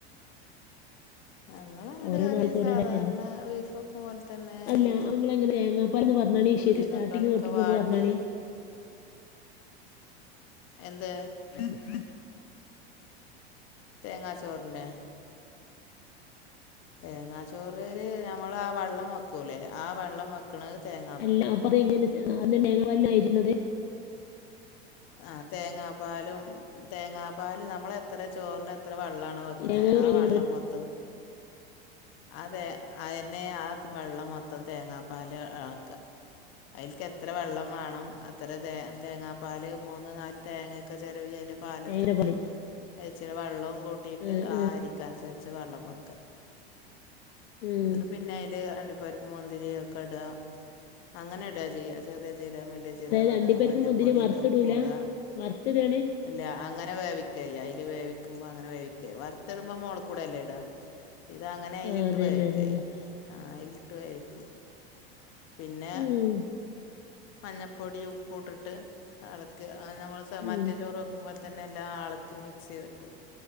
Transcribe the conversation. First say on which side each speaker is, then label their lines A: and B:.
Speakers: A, on the left; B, on the left.
A: ഞങ്ങള ആടുകറി
B: ഓരോ നാൾക്ക്
A: സാധാരണ
B: ഓരോ ഐറ്റം അല്ലേ
A: ബീഫ് വെക്കും പോലെ തന്നെ
B: അല്ല
A: ഈ
B: നിങ്ങളെങ്ങനെ തേങ്ങാപ്പാലെന്ന് പറഞ്ഞാണി ഇഷയ്ക്ക്
A: ഉള്ളീം,
B: സ്റ്റാർട്ടിങ്
A: തക്കാളിയൊക്കെ
B: തൊട്ടിട്ടൊന്ന്
A: വാട്ടി
B: പറഞ്ഞാണി.
A: എന്ത്
B: <inaudible>
A: തേങ്ങാ ചോറിന്റെ തേങ്ങാച്ചോറ് നമ്മൾ ആ വെള്ളം വെക്കൂലെ ആ വെള്ളം വെ വെക്കണത്‌ തേങ്ങ
B: അല്ല അപ്പ അത് എങ്ങനെ അത് തേങ്ങാപ്പാൽ ആയിരുന്നത്
A: ആ തേങ്ങാപ്പാലും തേങ്ങാപ്പാല് നമ്മള് എത്ര ചോറിന് എത്ര വെള്ള വെക്കണേ
B: തേങ്ങാച്ചോറ്
A: ആ
B: എങ്ങനെ
A: വെള്ളം മൊത്തം അത് തന്നെ ആ വെള്ളം മൊത്തം തേങ്ങാപ്പാൽ ആക്ക അതിൽ എത്ര വെള്ളം വേണം അത്ര തേങ്ങാപ്പാൽ മൂന്ന് നാല് തേങ്ങയൊക്കെ ചിരവി അതിൻ്റെ പാലെടുത്തിട്ട്
B: തേങ്ങേടെ പോലെ?
A: ഇച്ചിരി വെള്ളവും കൂട്ടിയിട്ട്
B: ആഹ്
A: ആ
B: ആഹ്
A: അരിക്ക അനുസരിച്ച് വെള്ളം വെക്ക
B: ആഹ്.
A: എന്ന്ട്ട് <unintelligible> പിന്നെ അയില് അണ്ടിപ്പരിപ്പ് മുന്തിരി ഒക്കെ ഇടാ അങ്ങനെ ഇടാത ചെയ്യ ചെറിയ ജീരകം, വലിയ ജീരകം
B: അതായത്
A: ജിരകം ഇടാ,
B: അണ്ടിപ്പരിപ്പും
A: മഞ്ഞപ്പൊടി
B: മുന്തിരിയും വറുത്തിടൂല?
A: ഇടാ, ഉപ്പു ഇടാ
B: വറുത്തിടാണ്?
A: അല്ല അങ്ങനെ വേവിക്കല്യ അയില് വേവിക്കുമ്പോ അങ്ങനെേ വേവിക്ക വറുത്തിടുമ്പോ മോള് കൂടെയല്ലേ ഇടാ. ഇതങ്ങനെ അയിലിട്ട്
B: ആഹ് അതന്നെ
A: വേവിക്കയ്യാ
B: അതന്നെ.
A: ആ അതിലിട്ട് വേവിക്കും. പിന്നെ
B: ഉം
A: മഞ്ഞൾപ്പൊടി ഉപ്പും ട്ടിട്ട് എളക്ക അ ഞമ്മൾ സ മറ്റേ
B: ഉം.
A: ചോറ് വെ വക്കുമ്പോൾ തന്നെ എല്ലാം അളക്കി മിക്സ് ചെയ്തിട്ട്